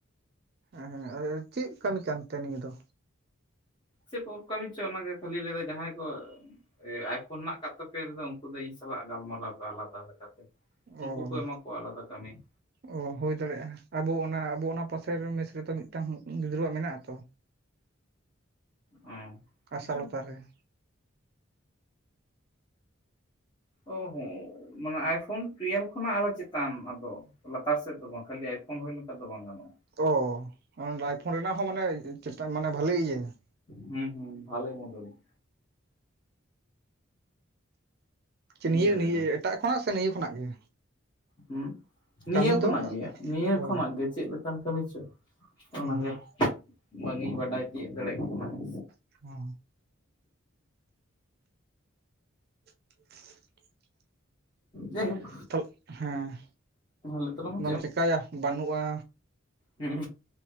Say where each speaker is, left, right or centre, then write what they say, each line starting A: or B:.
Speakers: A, on the right; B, on the left.
A: ᱦᱮᱸ ᱦᱮᱸ ᱪᱮᱫ ᱠᱟᱹᱢᱤ ᱠᱟᱱᱛᱮ ᱱᱤᱭᱟᱹ ᱫᱚ?
B: ᱪᱮᱫ ᱠᱚ ᱠᱟᱹᱢᱤ ᱪᱚ ᱚᱱᱟ ᱜᱮ ᱠᱷᱟᱹᱞᱤ ᱞᱟᱹᱭ ᱫᱟᱭ ᱡᱟᱦᱟᱸᱭ ᱠᱚ ᱟᱭ-ᱯᱷᱳᱱ ᱦᱮᱱᱟᱜ ᱠᱟᱜ ᱛᱟᱯᱮ ᱨᱮᱫᱚ ᱩ ᱩᱱᱠᱩ ᱫᱚ ᱤᱧ ᱥᱟᱞᱟᱜ ᱜᱟᱞᱢᱟᱨᱟᱣ ᱯᱮ ᱟᱞᱟᱫᱟ ᱞᱮᱠᱟᱛᱮ,
A: ᱚ
B: ᱩᱱᱠᱩ ᱠᱚ ᱮᱢᱟ ᱠᱚᱣᱟ ᱟᱞᱟᱫᱟ ᱠᱟᱹᱢᱤ ᱾
A: ᱚ ᱦᱩᱭ ᱫᱟᱲᱮᱭᱟᱜ-ᱟ ᱟᱵᱚ ᱚᱱᱟ ᱟᱵᱚ ᱚᱱᱟ ᱯᱟᱥᱮ ᱢᱮᱥ ᱨᱮᱛᱚ ᱢᱤᱫᱴᱟᱝ ᱜᱤᱫᱽᱨᱟᱹᱣᱟᱜ ᱢᱮᱱᱟᱜ-ᱟ ᱛᱚ ᱾
B: ᱦᱮᱸ
A: ᱟᱥᱟᱞᱚᱛᱟ
B: ᱪᱚᱝ
A: ᱨᱮ ᱾
B: ᱚ ᱦᱚᱸ ᱢᱟᱱᱮ ᱟᱭ-ᱯᱷᱳᱱ ᱴᱩᱭᱮᱞᱵᱷ ᱠᱷᱚᱱᱟᱜ ᱟᱨᱚ ᱪᱮᱛᱟᱱ ᱟᱫᱚ ᱞᱟᱛᱟᱨ ᱥᱮᱫ ᱫᱚ ᱵᱟᱝ, ᱠᱷᱟᱹᱞᱤ ᱟᱭ-ᱯᱷᱳᱱ ᱦᱩᱭ ᱞᱮᱱᱠᱷᱟᱱ ᱫᱚ ᱵᱟᱝ ᱜᱟᱱᱚᱜ-ᱟ ᱾
A: ᱚ, ᱟᱭ-ᱯᱷᱳᱱ ᱨᱮᱱᱟᱜ ᱦᱚᱸ ᱢᱟᱱᱮ ᱪᱮᱛᱟᱱ ᱢᱟᱱᱮ ᱵᱷᱟᱞᱮ ᱤᱭᱟᱹ ᱾
B: ᱦᱩᱸ ᱦᱩᱸ ᱵᱷᱟᱞᱮ ᱢᱚᱰᱮᱞ ᱾ ᱦᱮᱸ
A: ᱱᱤᱭᱟᱹ ᱱᱤᱭᱟᱹ ᱮᱴᱟᱜ ᱠᱷᱚᱱᱟᱜ ᱥᱮ ᱱᱤᱭᱟᱹ ᱠᱷᱚᱱᱟᱜ ᱜᱮ?
B: ᱦᱩᱸ, ᱱᱤᱭᱟᱹ
A: ᱠᱟᱹᱢᱤ
B: ᱠᱷᱚᱱᱟᱜ
A: ᱫᱚ
B: ᱜᱮᱭᱟ ᱱᱤᱭᱟᱹ
A: ᱚ
B: ᱠᱷᱚᱱᱟᱜ ᱜᱮ ᱪᱮᱫ ᱠᱟᱱ ᱠᱟᱹᱢᱤ ᱪᱚ
A: ᱦᱚᱸ
B: ᱚᱱᱟ ᱜᱮ ᱵᱟᱝ ᱤᱧ ᱵᱟᱰᱟᱭ ᱛᱤᱭᱟᱹᱜ ᱫᱟᱲᱮᱜ ᱠᱟᱱᱟ ᱾
A: ᱦᱩᱸ ᱾ <inaudible>
B: ᱡᱟᱭᱦᱳᱠ᱾
A: <unintelligible> ᱦᱮᱸ
B: ᱞᱟᱹᱭ ᱛᱟᱞᱟᱝ ᱢᱮ
A: ᱟᱫᱚᱢ ᱪᱮᱠᱟᱭᱟ ᱵᱟᱹᱱᱩᱜ-ᱟ᱾
B: ᱦᱩᱸ